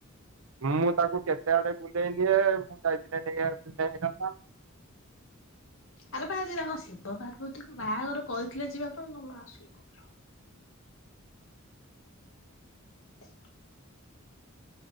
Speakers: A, on the right; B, on the left.
A: ମୁଁ ତାକୁ କେତେ ଆଡେ ବୁଲେଇ ନିଏ ମୁଁ ଯାଇଥିଲି ନେଇ ନେଇଆସିଥିଲେ ହେଇନଥାନ୍ତା।
B: ଆରେ ବା, ଯେ ତାଙ୍କ ଶିବ ପାର୍ବତୀକୁ ବାହାଘର କହିଥିଲେ ଯିବା ପାଇଁ ତମେ ଆସିଲ କଣ ପାଇଁ। <inaudible>